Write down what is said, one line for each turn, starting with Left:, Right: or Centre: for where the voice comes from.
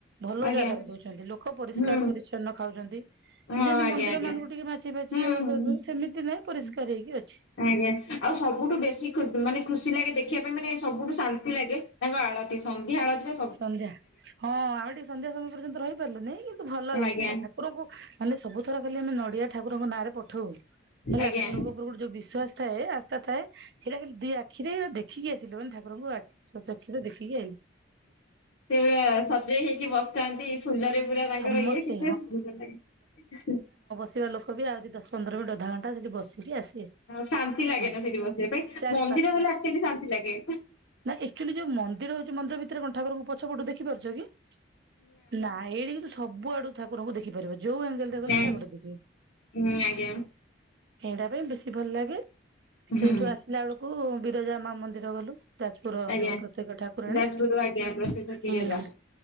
Right: ଭଲ
Left: ଆଜ୍ଞା
Right: ଜାଗାରେ ଦଉଛନ୍ତି ଲୋକ ପରିଷ୍କାର
Left: ହୁଁ
Right: ପରିଚଛନ୍ନ ଖାଉଛନ୍ତି
Left: ହଁ
Right: ଯେମିତି
Left: ଆଜ୍ଞା
Right: ମ ମନ୍ଦିର
Left: ଆଜ୍ଞା
Right: ମାନଙ୍କୁ ଟିକେ ମାଛି ଫାଛି
Left: ହୁଁ ହୁଁ
Right: ସେମିତି ନାହିଁ ପରିଷ୍କାର
Left: ହୁଁ।
Right: ହେଇକି ଅଛି।
Left: ଆଜ୍ଞା ଆଉ ସବୁଠୁ ବେଶୀ ମାନେ ଖୁସି ଲାଗେ ଦେଖିବା ପାଇଁ ମାନେ ସବୁଠୁ ଶାନ୍ତି ଲାଗେ। ତାଙ୍କ ଆଳତି ସନ୍ଧ୍ୟା ଆଳତିର
Right: ସନ୍ଧ୍ୟା ହଁ ଆମେ ଟିକେ ସନ୍ଧ୍ୟା ସମୟ ପର୍ଯ୍ୟନ୍ତ ରହିପାରିଲୁନି କିନ୍ତୁ ଭଲ ଲାଗିଲା
Left: ଆଜ୍ଞା
Right: ଠା ଠାକୁରଙ୍କୁ ମାନେ ସବୁ ଥର ଖାଲି ଆମେ ନଡିଆ ଠାକୁରଙ୍କ ନାଁରେ ପଠଉ। ହେଲା
Left: ଆଜ୍ଞା
Right: ଠାକୁରଙ୍କ ଉପରେ ଗୋଟେ ଯୋଉ ବିଶ୍ୱାସ ଥାଏ ଆସ୍ତା ଥାଏ ସେଇଟା ଖାଲି ଦି ଆଖିରେ ଦେଖିକି ଆସିଲୁ ମାନେ ଠାକୁର କୁରଙ୍କୁ <unintelligible> ଦେଖିକି ଆଇଲୁ।
Left: ସେବେ ସଜେଇ ହେଇକି ବସ ନ୍ତି ଫୁଲରେ ପୁରା ତାଙ୍କର
Right: ସମସ୍ତେ
Left: ଇଏ କେତେ ଫୁଲ
Right: ଆସିବା ଲୋକ ବି ଆହୁରି ଦଶନ୍ଦର ମିନିଟ ଅଧଘଣ୍ଟା ସେଠି ବସିକି ଆସିବେ।
Left: ଶାନ୍ତି ଲାଗେ
Right: ମନ୍ଦିର
Left: ନା ସେଠି ବସିବା ପାଇଁ
Right: ଚାରି
Left: ମନ୍ଦିର ଗଲେ ଆକ୍ଚୁଆଲି ଶାନ୍ତି ଲାଗେ।
Right: ନାଁକ୍ଚୁଆଲି ଯୋଉ ମନ୍ଦିର ହଉଛି ମନ୍ଦିର ଭିତରେ କ ଠକୁରଙ୍କୁ ପଛ ପଟୁ ଦେଖିପାରୁଛ କି? ନା ଏଇଠି କିନ୍ତୁ ସବୁଆଡୁ ଠାକୁରଙ୍କୁ ଦେଖିପାରିବ ଯୋଉ ଏଙ୍ଗେଲ ରେ ଗଲେ
Left: ନାଇଁ
Right: ଠାକୁର ଦେଖିବେ।
Left: ହୁଁ ଆଜ୍ଞା
Right: ଏଇଟା ପାଇଁ ବେଶୀ ଭଲ ଲାଗେ
Left: ହୁଁ
Right: ସେଇଠୁ
Left: ହୁଁ
Right: ଆସିଲା ବେଳକୁ ବିରଜା ମା ମନ୍ଦିର ଗଲୁ। ଯାଜପୁର
Left: ଆଜ୍ଞା।
Right: ଯୋଉ ପ୍ରତ୍ୟେକ ଠାକୁରାଣୀ
Left: ଯାଜପୁର ଆଜ୍ଞା ପ୍ରସିଦ୍ଧ ବିରଜା
Right: ହୁଁ।